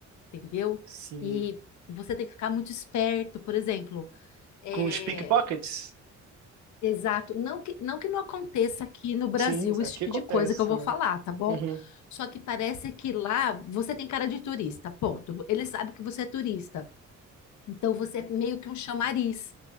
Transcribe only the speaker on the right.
Sim.
Com os pickpockets?
Sim, isso
aqui
acontece
também.
Uhum,